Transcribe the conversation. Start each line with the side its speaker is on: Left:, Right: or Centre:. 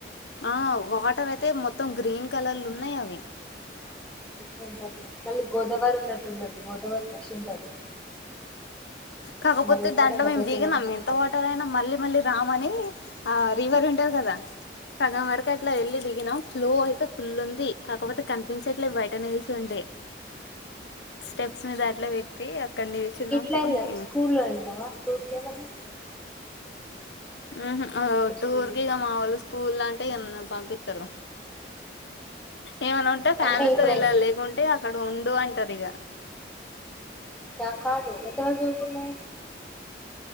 Left: ఆ వాటరైతే మొత్తం గ్రీన్ కలర్లున్నాయి అవి.
Centre: డిఫరెంట్ అంట. మల్లి గోదావరి ఉన్నట్టు ఉండదు, గోదావరి ఫ్రెష్ ఉంటది.
Left: కాకపోతే
Centre: మళ్ళీ ఎక్కడ
Left: దాంట్లో
Centre: భద్రాచలం
Left: మేము దిగినం,
Centre: వచ్చిన
Left: ఎంత
Centre: కల్
Left: వాటర్ అయినా మల్లీ మల్లీ రామ్ అనీ ఆ రీవర్ ఉంటది కదా. సగం వరకు అట్లా ఎల్లి దిగినాం, ఫ్లో అయితే ఫుల్ ఉంది, కాకపోతే కనిపించట్లేదు బయట నిల్చుంటే స్టెప్స్ మీద అట్లా పెట్టీ, అ క్కడ నిల్చున్నాం.
Centre: <unintelligible>
Left: పోనీ
Centre: స్కూల్లో ఎల్దావా టూర్ కేమన్న.
Left: హ్మ్హు ఆహ్ ఓ టూర్
Centre: స్కూల్లో
Left: కి ఇక మావోళ్లు స్క్ స్కూల్లా అంటే ఎన్న పంపిత్తరు. ఏవన్నా ఉంటే ఫ్యామిలీతో
Centre: అంటే ఇప్పుడే
Left: ఎల్లాలి లేకుంటే అక్కడ్ ఉండు అంటారు ఇగ.
Centre: నా కాదు ఎంత వరకు చదువుకున్నా?